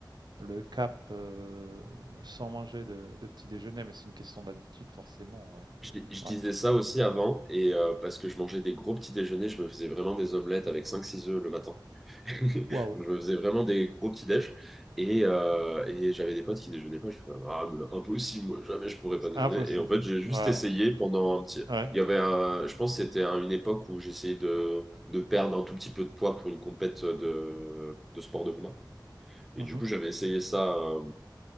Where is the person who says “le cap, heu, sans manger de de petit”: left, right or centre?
Right